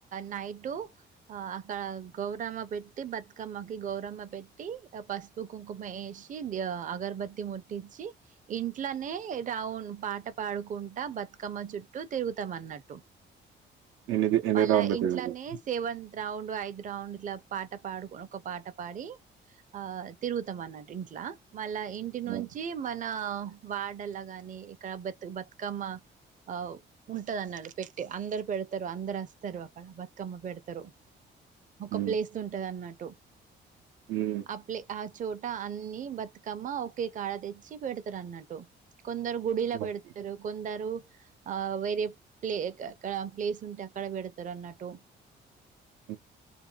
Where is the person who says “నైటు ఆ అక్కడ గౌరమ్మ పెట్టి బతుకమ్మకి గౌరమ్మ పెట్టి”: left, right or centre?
Right